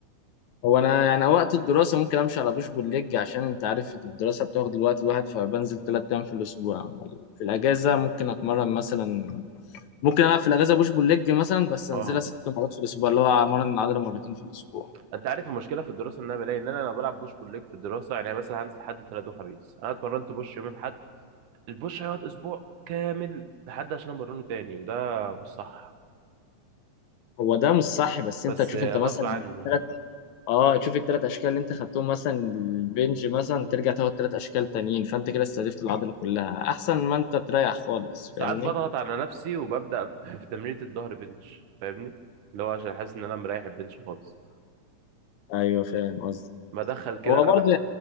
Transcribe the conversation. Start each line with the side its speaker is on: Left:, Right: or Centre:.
Left: هو انا يعني وقت الدراسه ممكن امشي على بوش بول ليج عشان انت عارف الدراسه بتاخد الوقت الواحد فبنزل ثلاث ايام في الاسبوع أما في الاجازه ممكن اتمرن مثلا ممكن العب في الاجازه بوش بول ليج مثلا بس انزلها
Right: اه
Left: ست مرات في الاسبوع اللي هو امرن العضله مرتين في الاسبوع
Right: انت عارف المشكله في الدراسه ان انا بلاقي ان انا لو بلعب بوش بول ليج في الدراسه يعني مثلا هنزل حد ثلاث وخميس انا اتمرنت بوش يوم الاحد البوش هيقعد اسبوع كامل لحد عشان امرنه تاني وده مش صح
Left: هو ده مش صح بس
Right: بس
Left: انت تشوف
Right: غصب
Left: انت مثلا
Right: عني
Left: ثلاث
Right: يعني
Left: اه تشوف الثلاث اشكال اللي انت خدتهم مثلا البنج مثلا ترجع تاخد ثلاث اشكال تانيين فانت كده استهدفت العضله كلها احسن ما انت تريح خالص
Right: ساعات
Left: فاهمني
Right: بضغط على نفسي وببدأ <laughs> في تمرينة الظهر بنش فاهمني اللي هو عشان حاسس ان انا مريح البنش خالص
Left: ايوه فاهم قصدي
Right: بدخل كده
Left: هو برضه